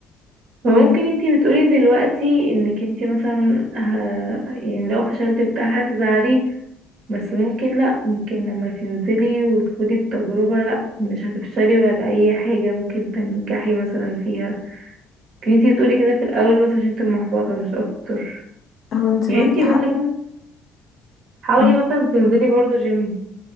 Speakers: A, on the right; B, on the left.
A: فممكن
B: او
A: انتي بتقولي دلوقتي انك انتي مثلا ه... يعني لو فشلتي وبتاع هتزعلي بس ممكن لأ ممكن لما تنزلي وتخدي التجربة لأ مش هتفشلي ولا أي حاجة ممكن تنجحي مثلا فيها كنتي انتي تقولي كده في الأول بس عشان انتي محبطة مش أكتر
B: او انت
A: يعني
B: معاكي
A: انتي
B: حق
A: مثلا حاولي
B: م-
A: مثلا تنزلي برضه جيم